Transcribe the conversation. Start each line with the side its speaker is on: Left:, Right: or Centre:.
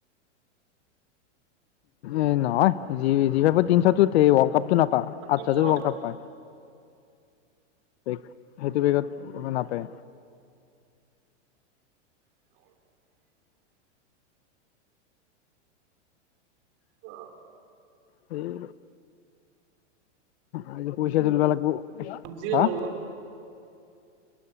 Left: এ নহয় জি ফাইভত তিনিশটোত সে ৱৰ্ল্ড কাপটো নাপায়,
Right: তিনশ
Left: আঠশতোত
Right: টকাত
Left: ৱৰ্ল্ড কাপ পায়। পেগ সেইটো পেগত কোনো নাপায়।
Right: <unintelligible> অ'
Left: সেই। আজি পইচা তুলিবা লাগিব।
Right: চব্জিয়ে
Left: হাঁ?
Right: লওঁ